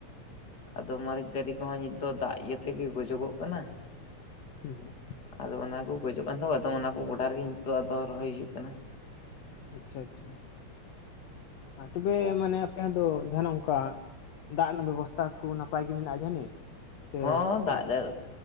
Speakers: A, on the left; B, on the left.
A: ᱟᱫᱚ ᱢᱟᱹᱨᱤᱪ ᱫᱟᱨᱮ ᱠᱚᱦᱚᱸ ᱱᱤᱛ ᱫᱚ ᱫᱟᱜ ᱤᱭᱟᱹ ᱛᱮᱜᱮ ᱜᱚᱡᱚᱜᱼᱚᱜ ᱠᱟᱱᱟ᱾
B: ᱦᱩᱸ ᱦᱩᱸ᱾
A: ᱟᱫᱚ ᱚᱱᱟᱠᱚ ᱜᱚᱡᱚᱜ ᱠᱟᱱ ᱫᱚ ᱟᱫᱚ ᱚᱱᱟ ᱠᱚ ᱜᱚᱰᱟ ᱨᱮᱜᱮ ᱱᱤᱛᱚᱜ ᱟᱫᱚ ᱨᱚᱦᱚᱭ ᱦᱩᱭᱩᱜ ᱠᱟᱱᱟ᱾
B: ᱟᱪᱪᱷᱟ ᱟᱪᱪᱷᱟ, ᱟ ᱛᱚᱵᱮ ᱢᱟᱱᱮ ᱟᱯᱮᱭᱟᱜ ᱫᱚ ᱡᱟᱦᱟᱸᱱᱟᱜ ᱚᱝᱠᱟ ᱫᱟᱜ ᱨᱮᱱᱟᱜ ᱵᱮᱵᱚᱥᱛᱷᱟ ᱠᱩ ᱱᱟᱯᱟᱭ ᱜᱮ ᱢᱮᱱᱟᱜᱼᱟ ᱡᱟᱹᱱᱤᱡ? ᱥᱮ
A: ᱦᱚᱸ
B: ᱪᱮᱫ
A: ᱫᱟᱜ
B: ᱞᱮᱠᱟ
A: ᱫᱟᱭ,